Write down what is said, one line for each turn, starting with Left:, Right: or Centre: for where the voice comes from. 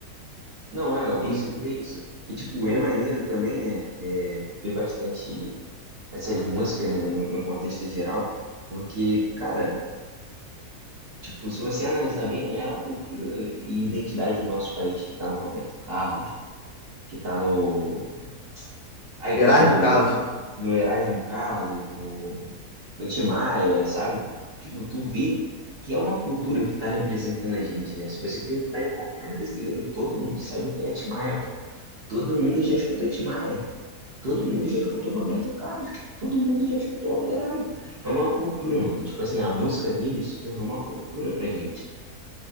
Right: Não, é, eu consigo
Left: E
Right: ver isso. E, tipo, é
Left: do
Right: maneiro também, né, é, ver bastante essas músicas, né, no, no contexto geral, porque, cara, tipo, se você analisar bem, é a cultura e identidade do nosso país que tá no Roberto Carlos, que tá no... Ai,
Left: Erasmo
Right: qual é o... o-
Left: Carlos.
Right: no Erasmo Carlos, no... do Tim Maia, sabe? Tipo, tu vê que é uma cultura que tá representando a gente, né? Se você perguntar em qualquer brasileiro, todo mundo sabe quem é Tim Maia, pô. Todo mundo já escutou Tim Maia. Todo mundo já escutou Roberto Carlos, pô. Todo mundo já escutou Herói. É uma cultura, mano. Tipo assim, a música dele se tornou uma cultura pra gente.